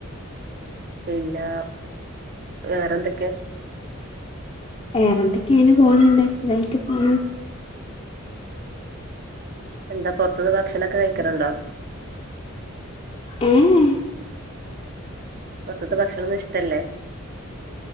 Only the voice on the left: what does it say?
വേറെന്തൊക്കെയാണ് പോണണ്ട് സുഖായിട്ട് പോണ്
ഉം ഉം